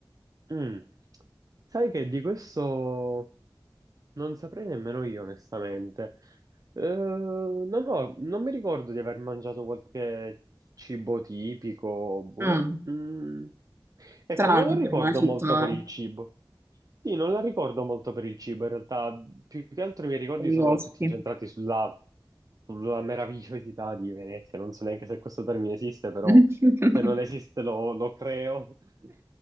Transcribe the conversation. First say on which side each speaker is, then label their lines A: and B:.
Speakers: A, on the right; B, on the right.
A: Mm. Sai che di questo non saprei nemmeno io, onestamente. Eh, no, no, non mi ricordo di aver mangiato qualche cibo tipico. boh.
B: Mm,
A: Mm. Ecco,
B: Strano
A: non lo ricordo
B: per una città.
A: molto per il cibo. Sì, non la ricordo molto per il cibo, in realtà più che altro i miei ricordi
B: con i
A: sono
B: vostri.
A: tutti incentrati sulla, sulla meravigliosità di Venezia, non so neanche se questo termine esiste, però
B: <laughs>
A: se non esiste lo, lo creo, <laughs>